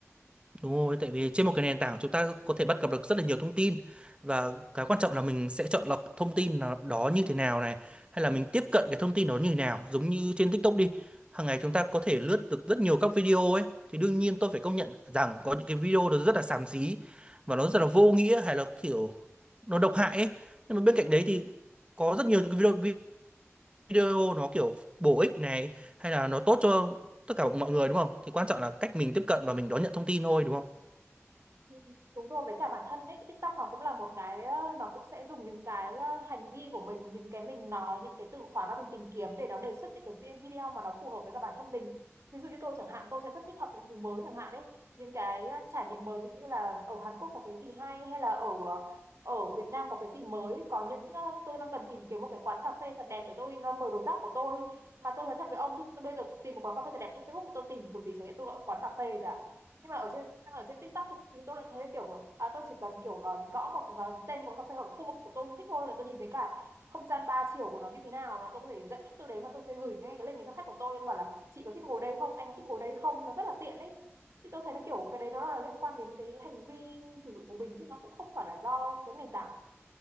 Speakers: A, on the right; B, on the right.
A: Đúng rồi, tại vì trên một cái nền tảng chúng ta có thể bắt gặp được rất là nhiều thông tin và cái quan trọng là mình sẽ chọn lọc thông tin nó- đó như thế nào này hay là mình tiếp cận cái thông tin đó như thế nào giống như trên TikTok đi hàng ngày chúng ta có thể lướt được rất nhiều các video ấy thì đương nhiên tôi phải công nhận rằng có những cái video nó rất là xàm xí và nó rất là vô nghĩa hay là kiểu nó độc hại ấy nhưng mà bên cạnh đấy thì có rất nhiều những cái video video nó kiểu bổ ích này hay là nó tốt cho tất cả mọi người đúng không thì quan trọng là cách mình tiếp cận và mình đón nhận thông tin thôi đúng không
B: Ừ, Đúng rồi với cả bản thân đấy tích tâm nó cũng là một cái ờ, nó cũng sẽ dùng những cái ờ, hành vi của mình những cái mình nói những cái từ khóa mà mình tìm kiếm để nó đề xuất những cái vi- video mà nó phù hợp với cả bản thân mình ví dụ như tôi chẳng hạn tôi sẽ rất thích học những thứ mới chẳng hạn đấy những cái ờ, trải nghiệm mới ví dụ như là ở Hàn Quốc có cái gì hay hay là ở ờ, ở Việt Nam có cái gì mới có những ờ, tôi đang cần tìm kiếm một cái quán cà phê thật đẹp để tôi ờ, mời đối tác của tôi mà tôi nói thật với ông chứ tôi bây giờ tìm một quán cà phê thật đẹp trên Facebook tôi tìm kiểu gì chẳng hạn tôi gọi quán cà phê rồi nhưng mà ở trên ở trên TikTok thì tôi lại thấy kiểu à, tôi chỉ cần kiểu là gõ một cái tên của cà phê hoặc khu vực của tôi thích thôi là tôi nhìn thấy cả không gian ba chiều của nó như thế nào là tôi có thể dẫn khách tôi đến và tôi có thể gửi ngay cái link này cho khách của tôi tôi bảo là chị có thích ngồi đây không anh có thích ngồi đây không nó rất là tiện ấy thì tôi thấy nó kiểu cái đấy nó là liên quan đến cái hành vi sử dụng của mình chứ nó cũng không phải là do cái nền tảng